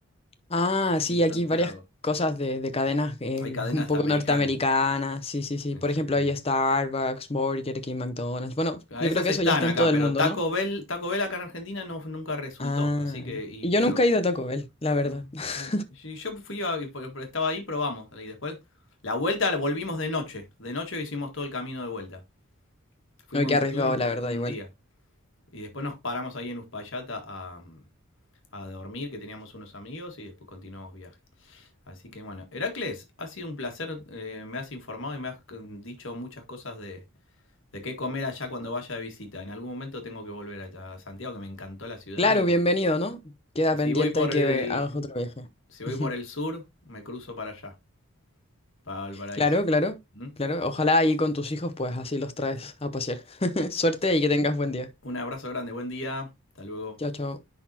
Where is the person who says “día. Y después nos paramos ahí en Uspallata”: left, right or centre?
Left